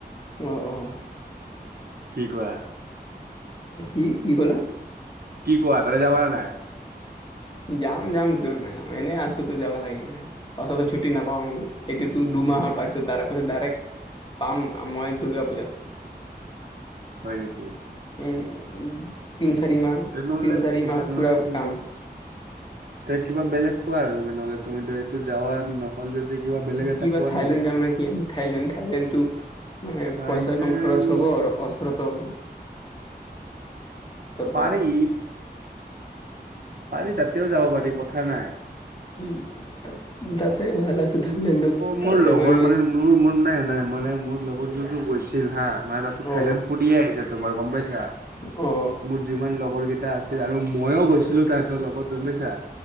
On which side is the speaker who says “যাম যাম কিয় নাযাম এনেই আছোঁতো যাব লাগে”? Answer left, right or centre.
Left